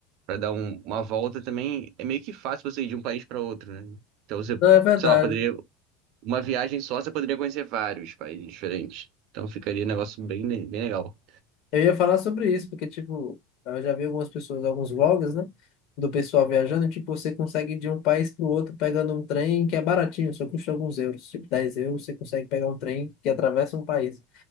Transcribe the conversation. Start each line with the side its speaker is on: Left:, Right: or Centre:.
Right: pra dar um- uma volta também. É meio que fácil você ir de um país pra outro, né? Então você,
Left: Não, é verdade.
Right: sei lá, poderia. Uma viagem só, você poderia conhecer vários países diferentes. Então ficaria um negócio bem, le- bem legal.
Left: Eu ia falar sobre isso, porque, tipo, eu já vi algumas pessoas, alguns vlogs, né? Do pessoal viajando, e, tipo, você consegue ir de um país para o outro pegando um trem que é baratinho, só custa alguns euros, tipo 10 euros, você consegue pegar um trem que atravessa um país.